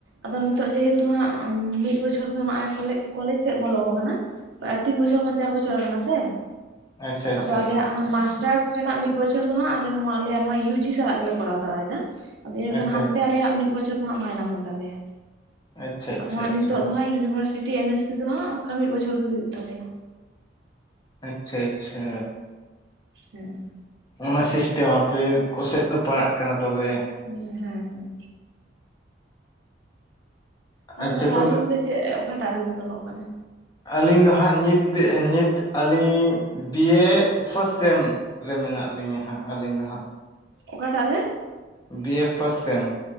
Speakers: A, on the right; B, on the left.
A: ᱟᱫᱚ ᱱᱤᱛᱚᱜ ᱡᱮᱦᱮᱛᱩ ᱦᱟᱸᱜ ᱢᱤᱫ ᱵᱚᱪᱷᱚᱨ ᱫᱚ ᱱᱚᱜ-ᱚᱭ ᱠᱚᱞᱮᱡᱼᱼ ᱠᱚᱞᱮᱡᱽ ᱥᱮᱫ ᱵᱚᱞᱚ ᱣᱠᱟᱱᱟ ᱦᱚ ᱟ ᱛᱤᱱ ᱵᱚᱪᱷᱟᱨ ᱠᱷᱚᱱ ᱪᱟᱨ ᱵᱚᱪᱷᱚᱨ ᱟᱠᱟᱱᱟ ᱥᱮ
B: ᱟᱪᱪᱷᱟ
A: ᱟᱫᱚ
B: ᱟᱪᱪᱷᱟ
A: ᱟᱞᱮᱭᱟᱜ ᱚᱱᱟ ᱢᱟᱥᱴᱟᱨᱥ ᱨᱮᱱᱟᱜ ᱢᱤᱫ ᱵᱚᱪᱷᱚᱨ ᱫᱚ ᱦᱟᱸᱜ ᱟᱞᱮ ᱱᱚᱣᱟ ᱟᱞᱮᱭᱟᱜ ᱱᱚᱣᱟ ᱤᱭᱩᱡᱤ ᱥᱟᱞᱟᱜ ᱜᱮᱞᱮ ᱠᱚᱨᱟᱣ ᱛᱚᱨᱟᱭᱫᱟ᱾ ᱟᱫᱚ ᱤᱱᱟᱹᱠᱷᱟᱱ
B: ᱟᱪᱪᱷᱟ
A: ᱦᱟᱱᱛᱮ ᱟᱞᱮᱭᱟᱜ ᱢᱤᱫ ᱵᱚᱪᱷᱚᱨ ᱫᱚ ᱦᱟᱸᱜ ᱢᱟᱭᱱᱟᱥ ᱮᱱ ᱛᱟᱞᱮᱭᱟ,
B: ᱟᱪᱪᱷᱟ ᱟᱪᱪᱷᱟ
A: ᱟᱫᱚ ᱦᱟᱸᱜ ᱱᱤᱛᱚᱜ
B: ᱟᱪᱪᱷᱟ
A: ᱫᱚ ᱦᱟᱸᱜ ᱤᱭᱩ ᱤᱭᱩᱱᱤᱵᱷᱟᱨᱥᱤᱴᱤ ᱮᱢ ᱮᱥ ᱥᱤ ᱫᱚ ᱦᱟᱸᱜ ᱚᱝᱠᱟ ᱢᱤᱫ ᱵᱚᱪᱷᱚᱨ ᱜᱮ ᱦᱩᱭᱩᱜ ᱛᱟᱞᱮᱭᱟ᱾
B: ᱟᱪᱪᱷᱟ ᱟᱪᱪᱷᱟ᱾
A: ᱦᱮᱸ᱾
B: ᱚᱱᱟ ᱥᱤᱥᱴᱮᱢ ᱟᱯᱮ ᱠᱚᱥᱮᱫ ᱫᱚ ᱯᱟᱲᱟᱜ ᱠᱟᱱᱟ ᱛᱚᱵᱮ ᱾
A: ᱦᱮᱸ ᱦᱮᱸ᱾ ᱟᱫᱚ
B: ᱟᱪᱪᱷᱟ
A: ᱛᱟᱦᱚᱞᱮ
B: ᱛᱚᱵᱮ
A: ᱟᱞᱤᱧ ᱫᱚ ᱪᱮᱫ ᱚᱠᱟᱴᱟᱜ ᱨᱮᱵᱤᱱ ᱚᱞᱚᱜ ᱠᱟᱱᱟᱼᱼ
B: ᱟᱹᱞᱤᱧ ᱫᱚ ᱦᱟᱸᱜ ᱱᱤᱛ ᱱᱤᱛ ᱟᱹᱞᱤᱧ ᱵᱤᱭᱮ ᱯᱷᱟᱥᱴ ᱥᱮᱢ ᱨᱮ ᱢᱮᱱᱟᱜ ᱞᱤᱧᱟᱹ ᱦᱟᱸᱜ ᱟᱹᱞᱤᱧ ᱫᱚ ᱦᱟᱸᱜ ᱾
A: ᱚᱠᱟᱴᱟᱜ ᱨᱮ?
B: ᱵᱤ ᱮ ᱯᱷᱳᱨ ᱥᱮᱢ